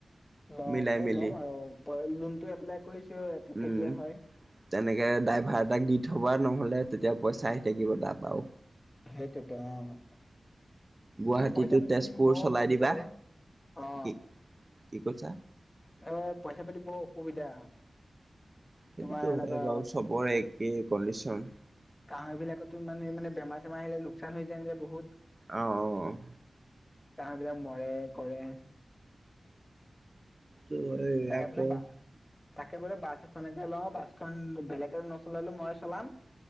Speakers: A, on the left; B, on the right.
A: ল'ম
B: মিলাই
A: এ
B: মেলি
A: ল'ম আৰু লোনটো এপ্লাই কৰিছো
B: উম।
A: কেতিয়া হয়
B: তেনেকে, ড্ৰাইভাৰ এটাক দি থবা নহ'লে, তেতিয়া পইচা আহি থাকিব তাৰ, আৰু।
A: সেইটোৱেটো অ'।
B: গুৱাহাটীতো
A: এ, পইচা পাতি
B: তেজপুৰ
A: এনেকে বৰ
B: চলাই
A: অসুবিধা
B: দিবা
A: অ'।
B: কি কি কৈছাঁ?
A: এ, পইচা পাতি বৰ অসুবিধা।
B: সেইটোৱেটো
A: তোমাৰ এনেকুৱা
B: হয় বাৰু, চবৰে একেই কনডিশ্যন।
A: গাঁহৰি বিলাকটো মানে মানে, বেমাৰ চেমাৰ আহিলে লোকচান হৈ যায় যে বহুত।
B: অ, অ, অ'।
A: বিলাক মৰে কৰে।
B: এই
A: তাকে
B: আকৌ
A: বোলো তাকে বোলো, বাছ এখনকে লওঁ, বাছখন বেলেগে নচলালেও, মই চলাম